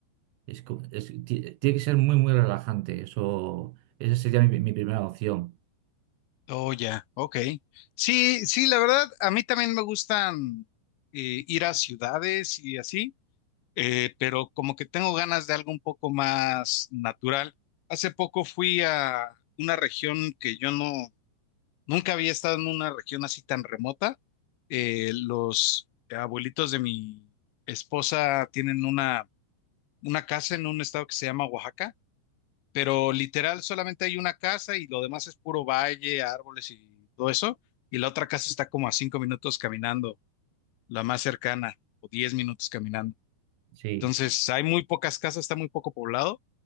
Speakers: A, on the right; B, on the left.
A: Es, co- es- ti- tiene que ser muy, muy relajante. Eso, esa sería mi, mi primera opción.
B: Oh, ya, ok. Sí, sí, la verdad, a mí también me gustan eh, ir a ciudades y así, eh, pero como que tengo ganas de algo un poco más natural. Hace poco fui a una región que yo no Nunca había estado en una región así tan remota. Eh, los abuelitos de mi esposa tienen una, una casa en un estado que se llama Oaxaca, pero literal solamente hay una casa y lo demás es puro valle, árboles y todo eso. Y la otra casa está como a cinco minutos caminando, la más cercana, o diez minutos caminando.
A: Sí.
B: Entonces hay muy pocas casas, está muy poco poblado